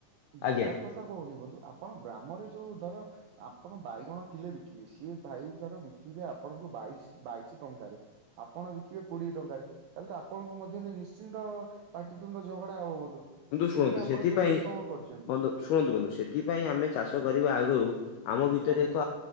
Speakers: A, on the right; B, on the left.
A: ବଜାର
B: ଆଜ୍ଞା।
A: କଥା କହୁନି ବନ୍ତୁ ଆପଣ ଗ୍ରାମରେ ଯୋଉ ଧର ଆପଣ ବାଇଗଣ ଥିଲେ ବିକିବେ ସିଏ ଭାଇ ଧର ବିକିବେ ଆପଣଙ୍କୁ ବାଇଶ ବାଇଶି ଟଙ୍କାରେ ଆପଣ ବିକିବେ କୋଡିଏ ଟଙ୍କାରେ ତାହେଲେ ତ ଆପଣଙ୍କ ମଧ୍ୟରେ ନିଶ୍ଚିନ୍ତ ପାଟି ପାଟି ତୁଣ୍ଡ ଝଗଡା ହବ ବନ୍ଧୁ
B: ଶୁଣନ୍ତୁ
A: ସେଇଟା ଆପଣ
B: ସେଥିପାଇଁ
A: କେମିତି କଣ କରୁଛନ୍ତି।
B: ବନ୍ଧୁ ଶୁଣନ୍ତୁ ବନ୍ଧୁ ସେଥିପାଇଁ ଆମେ ଚାଷ କରିବା ଆଗରୁ ଆମ ଭିତରେ
A: ଆଜ୍ଞା
B: ଏକ